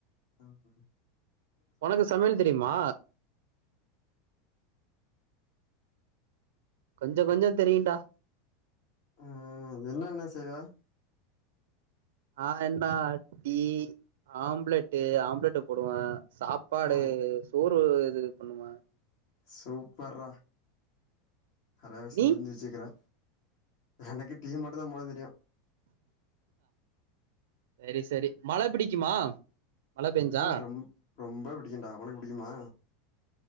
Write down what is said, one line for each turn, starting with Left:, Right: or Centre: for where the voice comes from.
Left: ஆமா
Right: உனக்கு சமையல் தெரியுமா? கொஞ்ச கொஞ்ச தெரியுண்டா.
Left: ம் ம் என்னென்ன செய்வ?
Right: ஆ என்னா டீ ஆம்லெட்டு் ஆம்லெட்டு் போடுவே. சாப்பாடு
Left: ஆ
Right: சோறு இது பண்ணுவே.
Left: சூப்பர்றா. நெறையா விஷயோ
Right: நீ
Left: தெரிஞ்சு வெச்சிருக்கற. எனக்கு டீ மட்டுந்தா போட தெரியு.
Right: செரி செரி மழ பிடிக்குமா? மழ பெஞ்சா
Left: ம் ரொம் ரொம்ப புடிக்குண்டா உனக்கு புடிக்குமா?